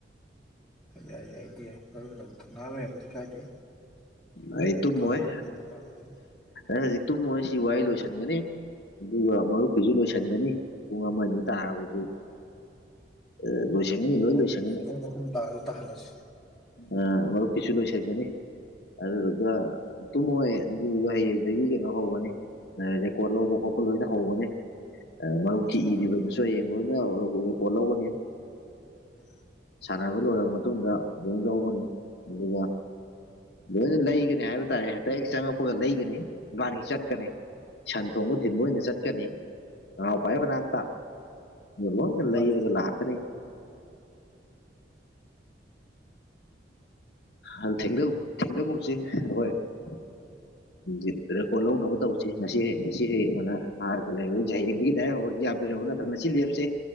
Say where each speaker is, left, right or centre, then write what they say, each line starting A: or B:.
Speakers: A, in the centre; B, on the left.
A: ꯌꯥꯏ ꯌꯥꯏꯗꯤ ꯌꯥꯏ ꯃꯔꯨ ꯑꯗꯨ ꯊꯧꯅꯥ ꯂꯩꯔꯕꯗꯤ ꯀꯥꯏꯗꯦ
B: ꯑꯩ ꯇ
A: ꯊꯧꯅꯥ
B: ꯃꯣꯏ
A: ꯍꯟꯕ ꯅꯨꯄꯥ ꯑꯝꯇ
B: ꯑꯦꯖꯤ ꯇꯨꯃꯁꯤ ꯋꯥꯏ ꯂꯣꯁꯟꯒꯅꯤ ꯑꯗꯨꯒ ꯃꯔꯨꯞꯀꯤꯁꯨ ꯂꯣꯏꯁꯤꯟꯒꯅꯤ ꯄꯨꯡ ꯑꯃ ꯑꯅꯤ ꯇꯥꯔꯕꯁꯨ ꯑ ꯣꯁꯅꯤ ꯏꯂꯣ
A: ꯄꯨꯡ ꯑꯍꯨꯝ
B: ꯁꯉꯅꯤ
A: ꯄꯨꯡ ꯑꯍꯨꯝ ꯇꯥꯔꯁꯨ ꯇꯥꯍꯜꯂꯁꯤ
B: ꯑ ꯑꯃꯔꯕꯨ ꯀꯁꯨ ꯂꯣꯏ ꯆꯦꯅꯤ ꯑꯗꯨꯗꯨꯒ ꯇꯨꯝꯃꯣꯏ ꯑꯗꯨꯗꯨꯒ ꯍꯌꯦꯡꯗꯒꯤ ꯀꯩꯅꯣ ꯍꯧꯒꯅꯤ ꯔꯦꯀꯣꯔꯠ ꯂꯧꯕ ꯈꯣꯠꯄ ꯂꯣꯏꯅ ꯍꯧꯒꯅꯤ ꯃꯔꯨꯞꯀꯤ
A: ꯍꯧꯕꯅꯤ
B: ꯏꯔꯤꯕꯗꯨꯁꯨ ꯍꯌꯦꯡ ꯂꯣꯏꯅ ꯔꯦꯀꯣꯔꯠ ꯂꯧꯒꯅꯤ
A: ꯎꯝ
B: ꯁꯥꯟꯅꯕ ꯂꯣꯏꯔꯕ ꯃꯇꯨꯡꯗ ꯂꯣꯏ ꯂꯧꯒꯅꯤ ꯑꯗꯨꯒ ꯂꯣꯏꯅ ꯂꯩꯒꯅꯤ ꯍꯥꯏꯕ ꯇꯥꯔꯦ ꯍꯦꯛꯇ ꯍꯦꯛ ꯆꯪꯉꯛꯄꯒ ꯂꯩꯒꯅꯤ ꯒꯥꯔꯤ ꯆꯠꯀꯅꯤ ꯁꯟ ꯊꯣꯡꯕ ꯊꯤꯟꯕ ꯑꯣꯏꯅ ꯆꯠꯀꯅꯤ ꯅꯍꯄꯥꯏ ꯃꯅꯥꯛꯇ ꯌꯦꯂꯣ
A: ꯃꯥꯅꯦ
B: ꯂꯩꯔꯒ ꯂꯥꯛꯇꯔꯦ ꯑ ꯊꯦꯡꯒ ꯊꯦꯡꯊꯒꯨꯝꯁꯤ ꯑꯩꯏ ꯔꯦꯀꯣꯔꯠ ꯂꯧꯅꯕ ꯇꯧꯁꯤ ꯉꯁꯤ ꯍꯌꯦ ꯉꯁꯤ ꯍꯌꯦꯡꯅ ꯍꯥꯟꯔꯒ ꯂꯩꯌꯦꯡꯗꯒꯤ ꯗꯥꯏꯔꯦꯛ ꯍꯧꯔ ꯌꯥꯗꯔꯕꯕ ꯅꯠꯇ ꯃꯁꯤ ꯂꯦꯞꯁꯦ